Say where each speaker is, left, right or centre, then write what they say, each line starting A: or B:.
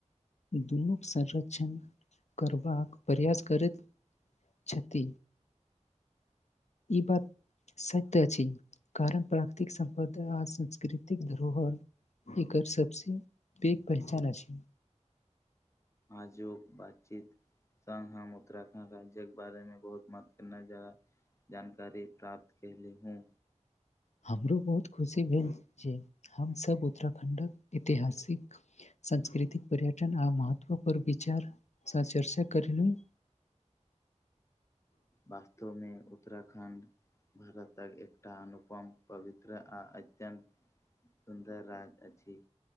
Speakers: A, on the left; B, on the left.
A: दुनूक संरक्षण करबाक प्रयास करैत छति इबत सत्य अछि छी कारण प्राकृतिक सम्पद आ सांस्कृतिक धरोहर एकर सभसँ पैघ पहचान अछि
B: आजूक बातचीत संग हम उत्तरा राज्य के बारे में बहुत मात करना जा रहा जानकारी प्राप्त कएली हूँ
A: हमरो बहुत खुशी भेल जे हमसभ उत्तराखंडक ऐतिहासिक सांस्कृतिक पर्यटन आ महत्व परर विचार चर्चा करल ह
B: वास्तवमे उत्तराखण्ड भारतक एकटा अनुपम पवित्र आ अत्यन्त सुन्दर राज अछि